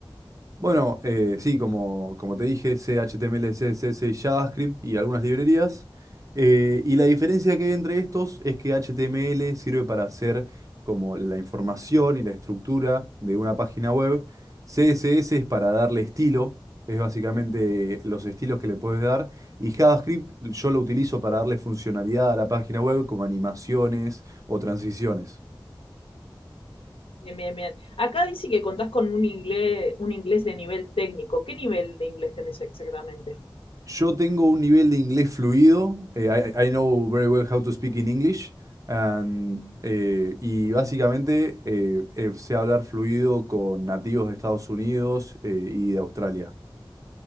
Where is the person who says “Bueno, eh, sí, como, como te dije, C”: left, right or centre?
Right